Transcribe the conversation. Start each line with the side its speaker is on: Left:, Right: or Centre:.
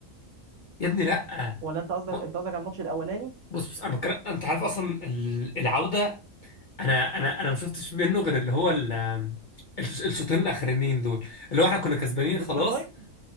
Left: يا ابني لا
Right: ولا انت قصدك
Left: هو-
Right: انت قصدك على الماتش الاولاني
Left: بص بص انا بتكلم انت عارف اصلا ال- العوده انا انا انا ما شفتش منه غير اللي هو ال- الش- الشوطين الاخرانيين دول اللي هو احنا كنا كسبانين
Right: الاكسترا
Left: خلاص
Right: تايم